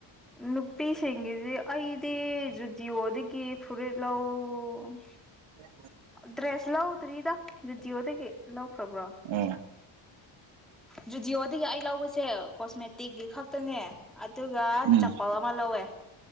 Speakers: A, in the centre; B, on the right.
A: ꯅꯨꯄꯤꯁꯤꯡꯒꯤꯗꯤ ꯑꯩ <unintelligible> ꯖꯤꯑꯣꯗꯒꯤ ꯐꯨꯔꯤꯠ ꯂꯧ ꯑꯣ
B: <inaudible>
A: ꯗ꯭ꯔꯦꯁ ꯂꯑꯣꯇ꯭ꯔꯤꯗ ꯌꯗꯤꯑꯣꯗꯒ ꯂ ꯈꯕ꯭ꯔꯥ
B: ꯑꯣ
A: ꯖꯨꯗꯤꯌꯑꯣꯗꯒꯤ ꯑꯩ ꯂꯧꯕꯁꯦ ꯀꯣꯁꯃꯦꯇꯤꯛꯀꯤ ꯈꯛꯇꯅꯦ ꯑꯗꯨꯒ
B: ꯎꯝ
A: ꯆꯄꯜ ꯑꯃ ꯂꯧꯋꯦ